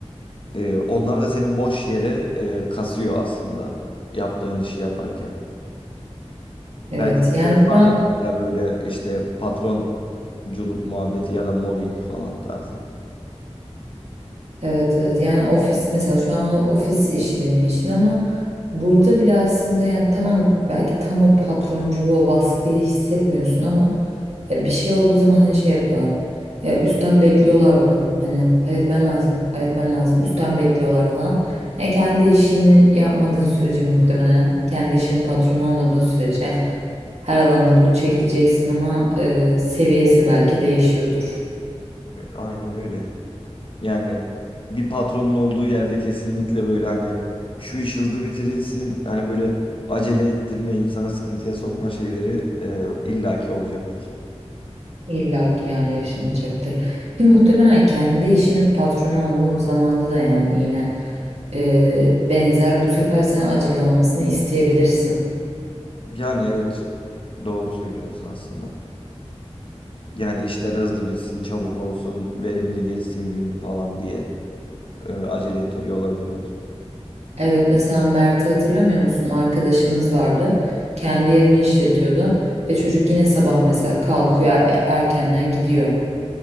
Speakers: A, on the left; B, on the right.
A: e, onlar da seni boş yere e, kasıyor aslında yaptığın işi yaparken. Belki
B: Evet
A: sizde
B: yani
A: de vardır
B: şu an
A: mesela böyle işte patronculuk muhabbeti ya da mobbing falan tarzı.
B: Evet evet yani ofis mesela şu an o ofis işi benim işim ama burada bile aslında yani tamam belki tam o patronculuğu o baskıyı hissetmiyorsun ama ya bir şey olduğu zaman hani şey yapıyorlar ya üstten bekliyorlar bunu hani halletmen lazım halletmen lazım üstten bekliyorlar falan. Yani kendi işini yapmadığın sürece muhtemelen kendi işinin patronu olmadığın sürece her alanda bunu çekeceksin ama e, seviyesi belki değişiyordur.
A: Aynen öyle. Yani bir patronun olduğu yerde kesinlikle böyle hani şu iş hızlı bitirilsin hani böyle acele ettirme insanı sıkıntıya sokma şeyleri e, illaki olacaktır.
B: İlla ki yani yaşanacaktır. Ki muhtemelen kendi işinin patronu olduğun zamanda da yani yine e, benzer bu sefer sen acele olmasını isteyebilirsin.
A: Yani evet doğru söylüyorsun aslında. Yani işler hızlı bitsin, çabuk olsun, verimli geçsin gün falan diye e, acele ettiriyor olabilirler.
B: Evet mesela Mert'i hatırlamıyor musun? Arkadaşımız vardı. Kendi yerini işletiyordu. E çocuk yine sabah mesela kalkıyor e- erkenden gidiyor.